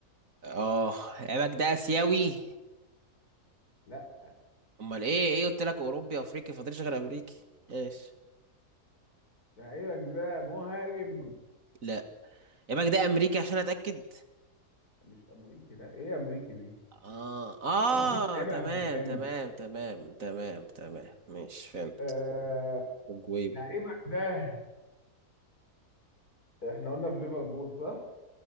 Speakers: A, on the right; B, on the left.
A: اه لعيبك ده آسيوي
B: لا
A: أمال إيه إيه قلت لك أوروبي أفريقي فاضلش غير أمريكي ماشي
B: لعيبك ده مهاجم
A: لا يبقى ده امريكي عشان اتاكد
B: مش امريكي لا ايه امريكي دي
A: اه اه
B: عمرك شفت لعيبه
A: تمام
B: امريكان
A: تمام تمام تمام تمام ماشي فهمت
B: آه
A: اوروجواي وكولومبيا
B: لعيبك ده احنا قلنا في ليفربول صح